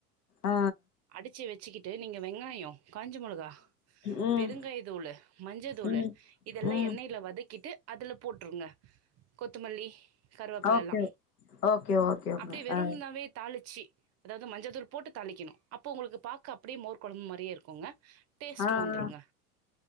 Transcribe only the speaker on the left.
ஆ
ம்
ம் ம்
ம்
ஓகே
ஓகே ஓகேங்க
ஆ
ஆ
ஆ